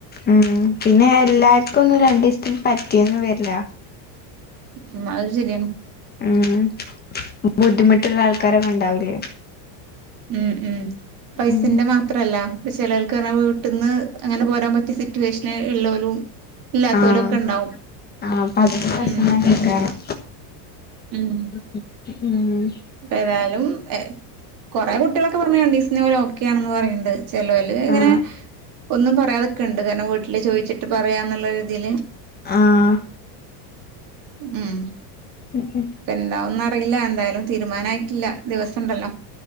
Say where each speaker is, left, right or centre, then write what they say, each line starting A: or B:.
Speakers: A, on the left; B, on the right.
A: ഉം പിന്നെ എല്ലാര്ക്കൊന്നു രണ്ടിസ്ത്തിന് പറ്റിയന്ന് വര്ല്ല.
B: ഉം അഹ് ശര്യാണ്.
A: ഉം ബുദ്ധിമുട്ടുള്ള ആൾക്കാരൊന്നു ഉണ്ടാവുലേ.
B: ഉം ഉം പൈസന്റെ
A: ഉം
B: മാത്രല്ല. പ്പ ചെലോൽക്ക് അർന വീട്ട്ന്ന് അങ്ങനെ പോരാൻ പറ്റ്യ സിറ്റുവേഷന് ഇള്ളോലും. ഇല്ലാത്തോലൊക്കെ
A: ആഹ്
B: ഇണ്ടാവും
A: ആഹ് പ്പതൊക്കെ
B: ഉം
A: ശനന്നെയ്ക്കാരം.
B: ഉം.
A: ഉം.
B: പേത്യാലും എ. കൊറെ കുട്ട്യളൊക്കെ പർഞ് രണ്ടിസ്ന് ഓലൊക്കെയാണന്ന് പറയണ്ട് ചെലല് ങ്ങനെ.
A: ആഹ്
B: ഒന്നും പറയാതിക്കണ്ട് കാര്ണം വീട്ടില് ചോയിച്ചിട്ട് പറയാന്നുള്ള രീതിയില്.
A: ആഹ്
B: ഉം
A: ഉം
B: പെന്താവുന്നറിയില്ല എന്തായ്ലും. തീരുമാനായിട്ടില്ല ദിവസണ്ടല്ലോ